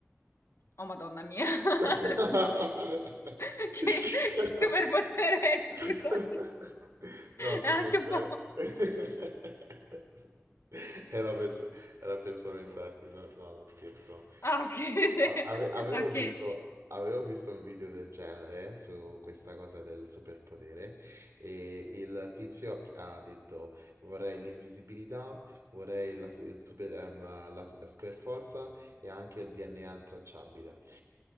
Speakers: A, on the left (about 70°); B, on the right (about 85°).
A: Oh, Madonna mia, <laughs>
B: <laughs> <laughs>
A: se no, so- <laughs> che, che superpotere è, scusami.
B: No,
A: È
B: scherzo,
A: anche un po'...
B: era... <laughs> Era per, era per spaventarti, no, no, non scherzo.
A: Ah, ok, <laughs> sì.
B: A- ave- Avevo
A: Ok,
B: visto,
A: sì.
B: avevo visto un video del genere su questa cosa del superpotere e il tizio ha chi- ha detto vorrei l'invisibilità, vorrei la, su- il super, ehm, la super forza e anche il DNA intracciabile.